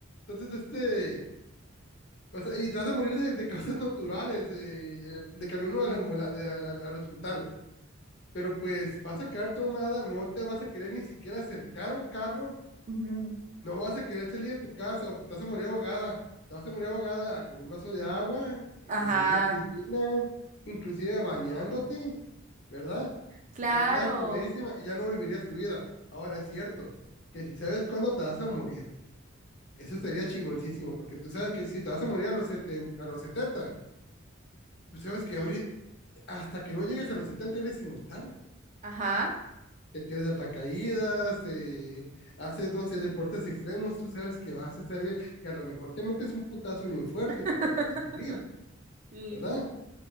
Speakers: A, on the left; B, on the right.
A: Entonces, este, o sea, y te vas a morir de, de causas naturales, eh, eh, de camino a la ambula- de- a- al hospital. Pero pues vas a quedar traumada, no te vas a querer ni siquiera acercar a un carro
B: Ujú.
A: No vas a querer salir de tu casa o que te vas a morir ahogada. Te vas a morir ahogada con un vaso de agua, eh,
B: Ajá.
A: en una piscina, inclusive bañándote, ¿verdad?
B: Claro.
A: Porque quedas traumadísima y ya no vivirías tu vida. Ahora es cierto que si sabes cuándo te vas a morir, eso sería chingoncísimo, porque tú sabes que si te vas a morir a los setenta a los 70 tú sabes que ahorita, hasta que no llegues a los 70 eres inmortal.
B: Ajá.
A: te tiras de paracaídas, eh, haces, no sé, deportes extremos, tú sabes que vas a estar bien, que a lo mejor te metes un putazo bien fuerte,
B: <laughs>
A: pero no te vas a morir, ¿verdad?
B: Sí,